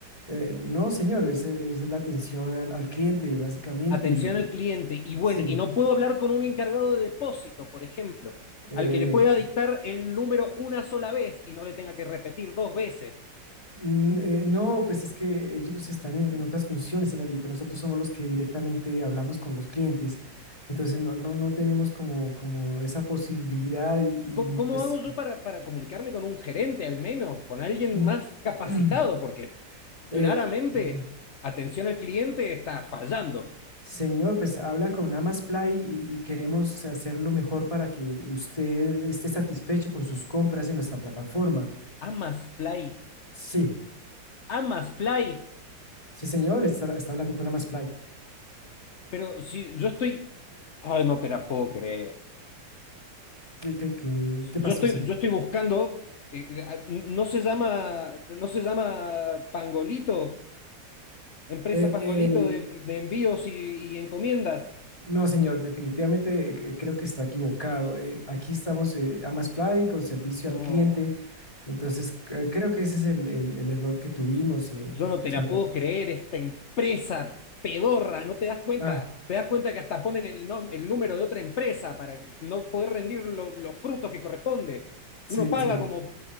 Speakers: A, on the left; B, on the left.
A: Eh, no, señor, es, es la atención al, al cliente, básicamente,
B: Atención
A: y
B: al cliente. Y bueno,
A: sí.
B: y no puedo hablar con un encargado de depósito, por ejemplo,
A: Eh,
B: al que le pueda dictar el número una sola vez y no le tenga que repetir dos veces.
A: Mm, eh, no, pues es que ellos están en, en otras funciones, señor, y pues nosotros somos los que directamente hablamos con los clientes. Entonces, no, no, no tenemos como, como esa posibilidad y,
B: ¿Y cómo,
A: y,
B: cómo
A: pues,
B: hago yo para, para comunicarme con un gerente, al menos, con alguien
A: mm,
B: más capacitado?
A: <clears throat>
B: Porque
A: eh,
B: claramente
A: mm,
B: atención al cliente está fallando.
A: señor, pues habla con Amazfly y, y queremos hacer lo mejor para que usted esté satisfecho con sus compras en nuestra plataforma.
B: Amas Fly,
A: Sí,
B: amas Fly,
A: sí, señor, está, está hablando con Amazfly.
B: pero si yo estoy, ay, no te la puedo creer.
A: ¿Qué, qué, qué, qué
B: Yo
A: pasó,
B: estoy,
A: señor?
B: yo estoy buscando, eh, eh, ah, no se llama, no se llama Pangolito, empresa
A: Eh,
B: Pangolito
A: eh,
B: de, de envíos y, y encomiendas.
A: No, señor, definitivamente eh, creo que está equivocado. Eh, aquí estamos eh, AmasFly con servicio
B: No.
A: al cliente. Entonces, eh, creo que ese es el, el- el error que tuvimos, eh,
B: yo no te
A: señor.
B: la puedo creer, esta empresa pedorra, no te das cuenta,
A: Ah,
B: te das cuenta que hasta ponen el, nom- el número de otra empresa para no poder rendir lo- los frutos que corresponde.
A: sí,
B: Uno paga
A: sí,
B: como,